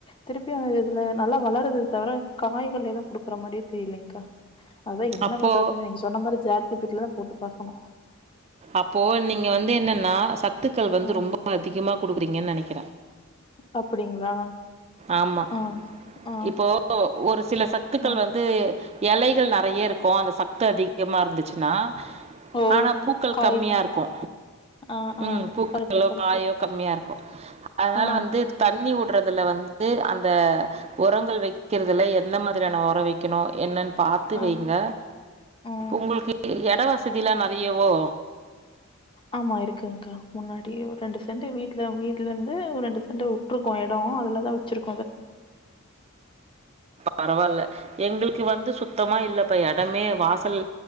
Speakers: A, on the left; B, on the right.
A: திருப்பியு இதுல நல்லா வளருது தவுர காய்கள் எதுவு குடுக்குற மாரியே தெரிலிங்கா அதா என்ன
B: அப்போ
A: பண்றதுன்னு நீங்க சொன்ன மாரி சேட் ஜீபீட்டிலதா போட்டு பாக்கணு
B: அப்போ நீங்க வந்து என்னன்னா சத் சத்துக்கள் வந்து
A: ம்
B: ரொம்ப அதிகமா குடுக்குறீங்கன் நெனைக்
A: அப்டிங்களா
B: ஆமா.
A: ஆ ஆ
B: இப்போ ஒரு சில சத்துக்கள்
A: ஆ
B: வந்து எலைகள் நறைய இருக்கு அந்த சத்து அதிகமா இருந்துச்சுன்னா
A: ஓ
B: ஆனா பூக்கள்
A: காய்
B: கம்மியா இருக்கு
A: ஆ ஆ
B: ம் பூக்களோ
A: கரெக்ட்டு கரெக்ட்டு
B: காயோ கம்மியா இருக்கு அதனால
A: ஆ
B: வந்து தண்ணி உட் க்குறதுல வந்து அந் இந்த ஒரங்கள் வெக் வெக்கிறதுல எந்த மாதிரியான ஒரோ வெக்கணு என்னன் பாத்து
A: ஆ
B: வெயிங்க
A: ம்
B: உங்களுக்கு எடோ வசதி இல்லனா அறியவோ
A: ஆமா இருக்குங்க்கா முன்னாடி ஒரு ரெண்டு செண்டு வீட்ல வீட்ல இருந்து ஒரு ரெண்டு செண்டு உட்ருக்கோ எடோ அதுலதா வெச்சுருக்
B: பரவால்ல எங்களுக் க்கு வந்து சுத்தமா இல்லப்பா எடமே வாசல்